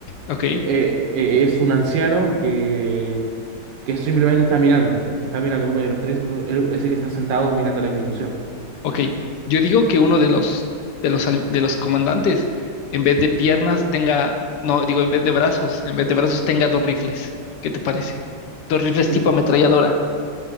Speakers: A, on the left; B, on the right.
A: Ok,
B: Eh, eh, es un anciano que, que simplemente está mirando, está mirando uno de los tres, uno- él es el que está sentado mirando la ejecución.
A: ok. Yo digo que uno de los, de los, al- de los comandantes, en vez de piernas, tenga, no, digo, en vez de brazos, en vez de brazos tenga dos rifles. ¿Qué te parece? Dos rifles
B: Uh,
A: tipo ametralladora.